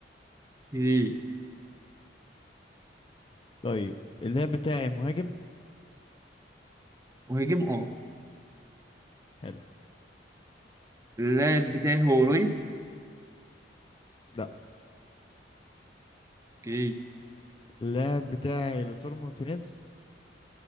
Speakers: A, on the right; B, on the left.
A: اوكي
B: طيب اللاعب بتاعي مهاجم
A: مهاجم اه
B: حلو
A: اللاعب بتاعي هو رويز
B: لا
A: اوكي
B: اللاعب بتاعي لوتار مارتينيز